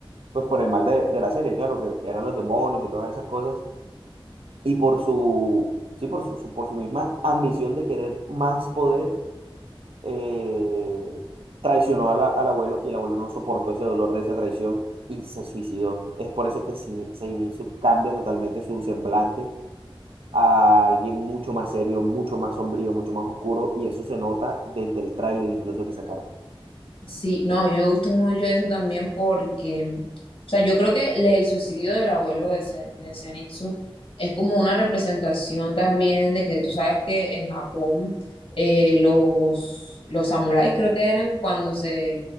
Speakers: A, on the right; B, on the left.
A: pues por el mal de, de la serie, claro, que, que eran los demonios y todas esas cosas, y por su, sí, por su, su- por su misma ambición de querer más poder eh, traicionó a la- al abuelo y el abuelo no soportó ese dolor de esa traición y se suicidó. Es por eso que Sin- Seinichi cambia totalmente su semblante a alguien mucho más serio, mucho más sombrío, mucho más oscuro y eso se nota desde el tráiler incluso que sacaron.
B: Sí, no, a mí me gusta mucho eso también porque, mm, o sea, yo creo que le- el suicidio del abuelo de, Zen- de Zenitsu es como una representación también de que tú sabes que en Japón eh, los, los samuráis creo que eran cuando se,